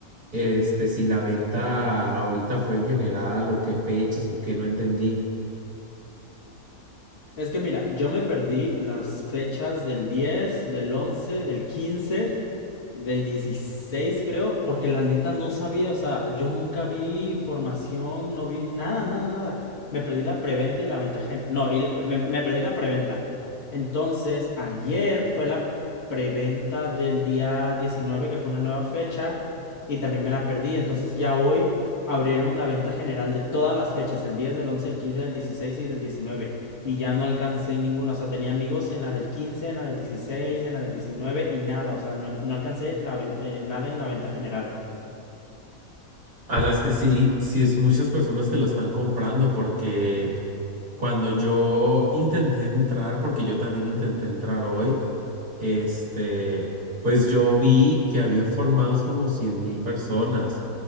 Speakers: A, on the right; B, on the left.
A: este, si la venta ahorita fue en general o qué fechas o qué, no entendí.
B: Es que mira, yo me perdí las fechas del 10, del 11, del 15, del 16, creo, porque la neta no sabía, o sea, yo nunca vi información, no vi nada, nada, nada. Me perdí la preventa y la venta gen... No, y me, me perdí la preventa. Entonces, ayer fue la preventa del día 19 que fue una nueva fecha, y también me la perdí. Entonces ya hoy abrieron la venta general de todas las fechas, del 10, del 11, del 15, del 16 y del 19 y ya no alcancé en ninguna. O sea, tenía amigos en la del quince en la del dieciséis en la del 19 y nada. O sea, no, no alcancé la eh, nada en la venta general.
A: A las que sí, sí es muchas personas que lo están comprando porque cuando yo intenté entrar, porque yo también intenté entrar hoy, este, pues yo vi que había formados como cien mil personas